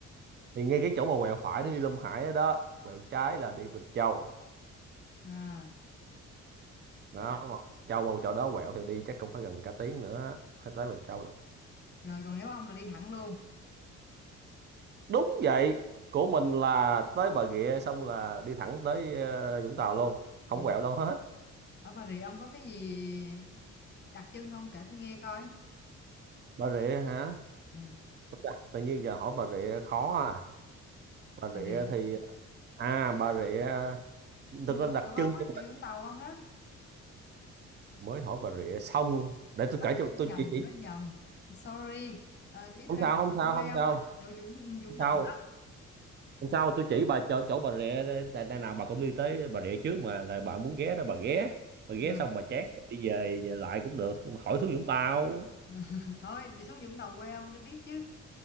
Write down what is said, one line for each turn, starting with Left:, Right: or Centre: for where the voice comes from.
Right: thì ngay cái chỗ mà quẹo phải để đi Long Hải đó, đó quẹo trái là đi Bình Châu
Left: À,
Right: đó mà Châu mà chỗ đó quẹo thì đi chắc cũng phải gần cả tiếng nữa phải tới Bình Châu lận.
Left: rồi còn nếu ông là đi thẳng luôn.
Right: đúng vậy của mình là tới Bà Rịa xong là đi thẳng tới ờ, Vũng Tàu luôn không
Left: Ừ.
Right: quẹo đâu hết
Left: Ở Bà Rịa ông có cái gì đặc trưng không? Kể tôi nghe coi.
Right: Bà Rịa hả
Left: Ừ.
Right: Ôi chà, tự nhiên giờ hỏi Bà Rịa khó à Bà Rịa
Left: Bà Rịa,
Right: thì à Bà Rịa
Left: không
Right: thực ra
Left: chỗ
Right: đặc
Left: chỗ ông
Right: trưng
Left: á,
Right: cho
Left: chỗ
Right: mình.
Left: Vũng Tàu ông đó.
Right: mới hỏi Bà Rịa xong để
Left: Nó,
Right: tôi kể
Left: nh-
Right: cho
Left: nó
Right: tôi
Left: nhầm,
Right: chỉ, chỉ
Left: nó nhầm. Sorry. À, ý
Right: không
Left: tôi đang
Right: sao
Left: học
Right: không
Left: chỗ
Right: sao
Left: quê
Right: không
Left: ông
Right: sao
Left: á, chỗ Vũng Vũng
Right: không sao
Left: Tàu đó.
Right: không sao tôi chỉ bà chỗ chỗ Bà Rịa đây, đây nào bà cũng đi tới Bà Rịa trước mà là bà muốn ghé đó bà ghé bà ghé
Left: Ừ.
Right: xong bà chán rồi đi về về lại cũng được mà khỏi xuống Vũng Tàu
Left: Ừ. <laughs> Thôi, đi xuống Vũng Tàu quê ông để biết chứ.